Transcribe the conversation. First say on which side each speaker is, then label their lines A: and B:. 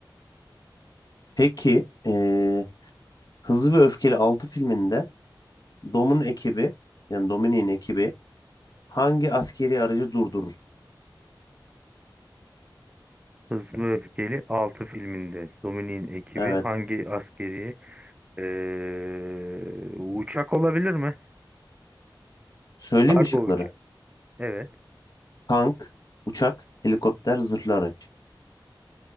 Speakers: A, on the left; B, on the right.
A: Peki eee Hızlı ve Öfkeli 6 filminde Dom'un ekibi yani Dominic'in ekibi hangi askeri aracı durdurur?
B: Hızlı ve Öfkeli 6 filminde Dominik'in ekibi
A: Evet.
B: hangi askeri eee, uçak olabilir mi?
A: Söyleyeyim
B: Kargo
A: mi şıkları?
B: uçağı. Evet.
A: Tank, uçak, helikopter, zırhlı araç.